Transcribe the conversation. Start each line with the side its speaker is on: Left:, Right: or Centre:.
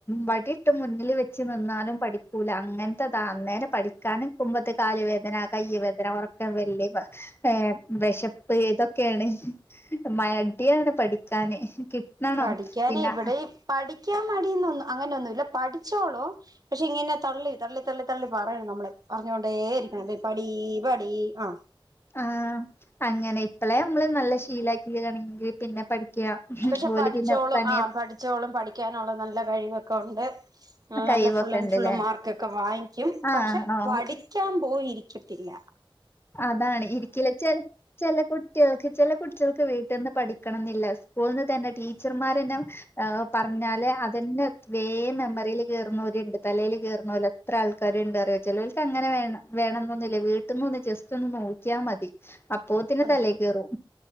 Left: വടി ഇട്ത്ത് മുന്നിൽ വെച്ച് നിന്നാലും പഠി കൂല അങ്ങനത്തെതാ അന്നേരം പഠിക്കാൻ ഇരികുമ്പ കാലുവേദന കയ്യ് വേദന ഉറക്കം വരല് ഏഹ് വിശപ്പ് ഇതൊക്കെയാണ് മടിയാണ് പഠിക്കാന് കിട്ടണം
Right: പഠിക്കാനേ
Left: പിന്നെ
Right: ഇവിടെ പഠിക്കാൻ മടിയോന്നും അങ്ങനെയൊന്നും ഇല്ല പഠിച്ചോളും പക്ഷെ ഇങ്ങനെ തള്ളി തള്ളി തള്ളി തള്ളി പറയണം നമ്മള് പറഞ്ഞോണ്ടേ ഇരിക്കണം പോയി പടി പടി ആഹ്
Left: ആഹ അങ്ങനെ ഇപ്പളെ നമ്മള് നല്ല ശീലാക്കിയാണെങ്കിൽ പിന്നെ പഠിക്ക
Right: പക്ഷെ
Left: ഓല്
Right: പഠിച്ചോളും
Left: പിന്നെ തനിയെ
Right: ആ പഠിച്ചോളും പഠിക്കാനുള്ള നല്ല കഴിവൊക്കെ ഉണ്ട് നല്ല
Left: കഴിവൊക്കെ
Right: ഫുൾ ആൻഡ്
Left: ഇണ്ട്ല്ലേ
Right: ഫുള്ള് മാർക്ക്ഒക്കെ വാങ്ങിക്കും
Left: ആഹ്
Right: പക്ഷെ
Left: ആഹ്
Right: പഠി ക്കാൻ പോയിരിക്കത്തില്ല
Left: അതാണ് ഇരിക്കല ചെ ചില കു തിളക്ക ചില കുട്ടികൾക്ക് വീട്ടിൽന്ന് പഠിക്കണം എന്നില്ല സ്കൂളിൽ നിന്ന് തന്നെ ടീച്ചർമാരന്നെ പറഞ്ഞാല് അതന്നെ വേ മെമ്മറിയിൽ കയറുന്നവല ഉണ്ട് തലയിൽ കയറുന്ന പോല ഇത്ര ആൾക്കാര ഉണ്ട് അറിയോ ചിലോവർക്ക് അങ്ങനെ വേണം വേണംമ എന്നൊന്നുമില്ല വീട്ടിൽന്ന് ജസ്റ്റ് ഒന്ന് നോക്കിയാൽ മതി അപ്പോത്തിന്നെ
Right: അതെ
Left: തലൽ കയറും